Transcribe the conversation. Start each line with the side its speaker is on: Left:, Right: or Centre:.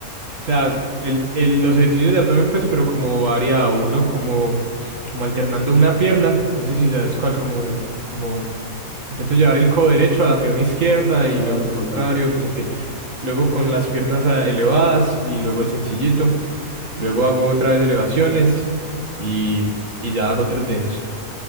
Right: O sea, el, el- los ejercicios de abdomen, pues, pero como variado, uno como, como alternando una pierna, no sé si sabes cuál, como, como intento llevar el codo derecho a la pierna izquierda y
Left: Ah,
Right: luego
Left: sí,
Right: el contrario,
Left: sí.
Right: tin, tin. Luego con las piernas ah, elevadas y luego el sencillito. Luego hago otra vez elevaciones y, y ya hago tres de esos.